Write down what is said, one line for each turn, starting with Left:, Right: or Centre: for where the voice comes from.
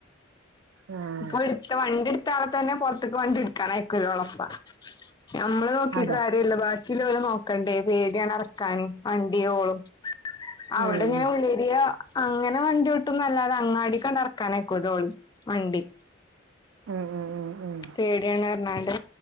Right: ആഹ് ആഹ്
Left: ഇപ്പൊ എടുത്ത വണ്ടി എടുത്താള തന്നെ പുറത്തേക്ക് വണ്ടി എടുക്കാനായേക്ക ഒറപ്പ ഞമ്മള് നോക്കിട്ട്
Right: അതാ
Left: കാര്യല്ല ബാക്ക കില നോക്കണ്ടേ പേടിയാണ് ഇറക്കാൻ വണ്ടിയോളും അവിടെ
Right: ഉം
Left: ഇങ്ങനെ ഉള്ളരിയ അങ്ങനെ വണ്ടിട്ടന്നുംഅല്ലാതെ അങ്ങാടി ക്കണ്ടറക്കാനെക്കൂ ഓളി വണ്ടി
Right: ഉം ഉ ഉ ഉ
Left: പേടിയാണ് പറഞ്ഞാണ്ട്